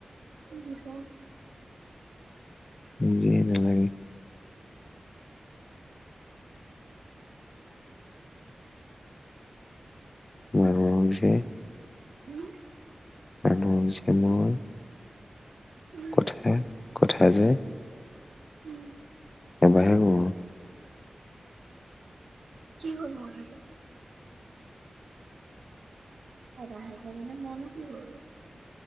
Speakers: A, on the right; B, on the left.
A: দিব।
B: নিদিয়ে নালাগে। <unintelligible>
A: উম।
B: <unintelligible>
A: উম,
B: কথা কথা যে
A: উম।
B: এবাৰ <unintelligible>
A: কি হ'ল নো কথাটো এটাহে <unintelligible> কি হ'ল